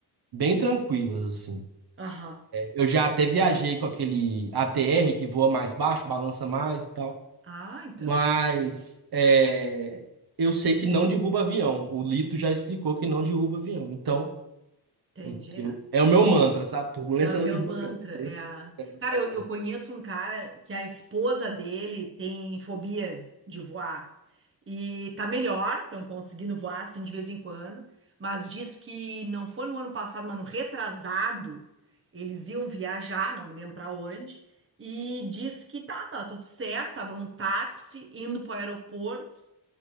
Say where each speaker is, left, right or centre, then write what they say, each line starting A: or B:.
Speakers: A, on the right (about 60°); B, on the right (about 30°).
A: bem tranquilas, assim.
B: Aham.
A: Eu já até viajei com aquele ATR que voa mais baixo, balança mais e tal,
B: Ah, então.
A: mas é, eu sei que não derruba avião. O Lito já explicou que não derruba avião. Então,
B: Entendi.
A: eu, eu- é o meu mantra, sabe? Turbulência
B: É o
A: não
B: teu
A: derruba
B: mantra,
A: avião. Turbulência
B: é a...
A: não
B: Cara,
A: derruba
B: eu,
A: avião.
B: eu conheço um cara que a esposa dele tem fobia de voar. E tá melhor, estão conseguindo voar, assim, de vez em quando. Mas diz que não foi no ano passado, mas no retrasado, eles iam viajar, não me lembro pra onde. E diz que tá, tá tudo certo, tava num táxi indo pro aeroporto.